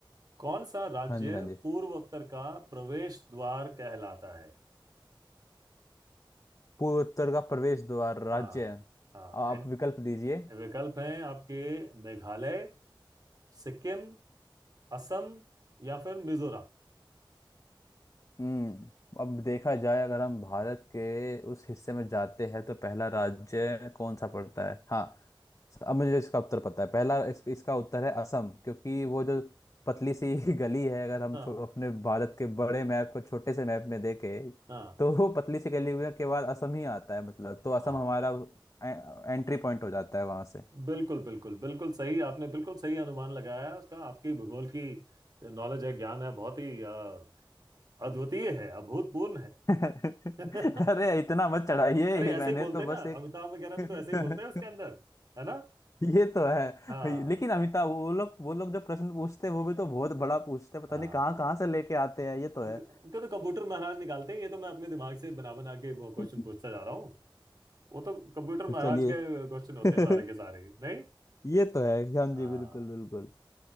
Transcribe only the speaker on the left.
हाँ जी हाँ जी
पूर्वोत्तर का प्रवेश द्वार राज्य
आप
विकल्प दीजिए
हम्म अब देखा जाए अगर हम भारत के उस हिस्से में जाते हैं तो पहला राज्य कौन सा पड़ता है हाँ अब मुझे इसका उत्तर पता है पहला इस, इसका उत्तर है असम क्योंकि वो जो पतली सी <laughs> गली है अगर हम
छो- अपने भारत के बड़े मैप को छोटे से मैप में देखे
तो वो पतली सी गली के बाद असम ही आता है मतलब तो असम
हमारा एंट्री पॉइंट हो जाता है वहां से
<laughs> अरे
इतना मत चढ़ाइए
ये
मैंने
तो
बस
एक
<laughs>
ये तो है
लेकिन अमिताभ वो लोग वो लोग जो प्रश्न पूछते हैं वो भी तो बहुत बड़ा पूछते हैं पता
नहीं कहाँ कहाँ से लेके आते हैं ये तो है
<laughs>
तो चलिए
<laughs>
ये तो है हाँ
जी बिल्कुल बिल्कुल